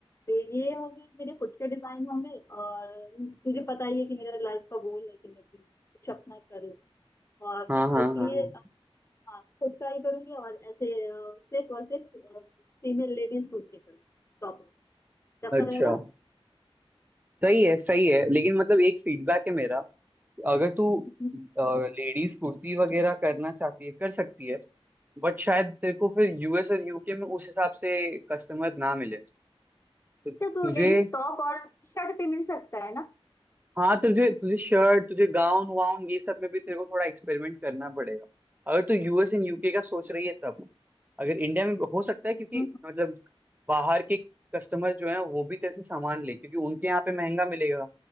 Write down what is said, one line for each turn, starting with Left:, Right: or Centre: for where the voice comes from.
Left: तो ये होगी मेरे खुद के डिजाइन होंगे और तुझे पता ही है कि मेरा लाइफ का गोल है कि मैं भी कुछ अपना करूँ और
Right: हाँ हाँ
Left: इसलिए
Right: हाँ हाँ।
Left: अ, हाँ खुद का ही करूंगी और ऐसे अ, सिर्फ और सिर्फ फीमेल लेडीज सूट के करूँगी टॉप कैसा
Right: अच्छा
Left: रहेगा
Right: सही है सही है लेकिन मतलब एक फीडबैक है मेरा अगर तू
Left: हम्म।
Right: लेडीज कुर्ती वगैरह करना चाहती है कर सकती है बट शायद तेरे को फिर यूएस और यूके में उस हिसाब से कस्टमर ना मिले तो तुझे
Left: अच्छा तो लेडीज टॉप और शर्ट पे मिल सकता है ना
Right: हाँ तुझे तुझे शर्ट तुझे गाउन वाउन ये सब में भी तेरे को थोड़ा एक्सपेरिमेंट करना पड़ेगा अगर तू यूएस एंड यूके का सोच रही है तब अगर इंडिया में हो सकता है क्योंकि
Left: हम्म,
Right: मतलब बाहर के कस्टमर जो है वो भी तेरे से सामान ले क्योंकि उनके यहाँ पे महंगा मिलेगा